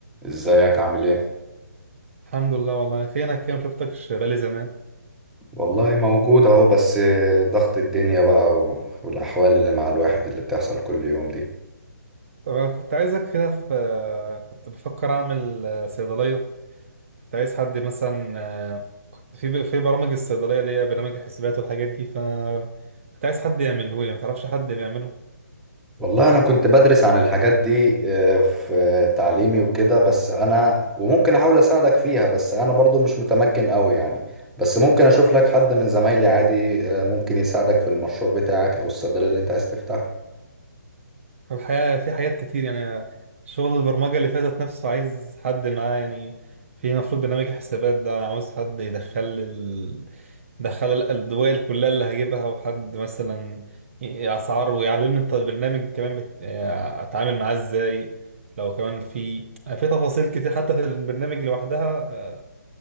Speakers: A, in the centre; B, on the right (about 45°).
A: ازيك عامل ايه
B: الحمد لله والله فينك كده مشفتكش بقالي زمان
A: والله موجود اهو بس ضغط الدنيا بقى و- والاحوال اللي مع الواحد اللي بتحصل كل يوم دي
B: طب انا كنت عايزك كده في كنت بفكر اعمل آه، صيدليه كنت عايز حد مثلا آه، كنت في في برامج الصيدليه اللي هي برامج الحسابات والحاجات دي فانا كنت عايز حد يعمله لي ما تعرفش حد بيعمله
A: والله انا كنت بدرس عن الحاجات دي آه، في تعليمي وكده بس انا وممكن احاول اساعدك فيها بس انا برضو مش متمكن قوي يعني بس ممكن اشوف لك حد من زمايلي عادي آه، ممكن يساعدك في المشروع بتاعك او الصيدلية اللي انت عايز تفتحها
B: الحقيقه في حاجات كتير يعني شغل البرمجه اللي فاتت نفسه عايز حد معاه يعني في المفروض برنامج الحسابات ده عاوز حد يدخل دخل ال- الدول كلها اللي هجيبها وحد مثلا ي- اسعار ويعلمني الت- البرنامج كمان بت... آه، اتعامل معاه ازاي لو كمان في في تفاصيل كتير حتى في البرنامج لوحدها آه،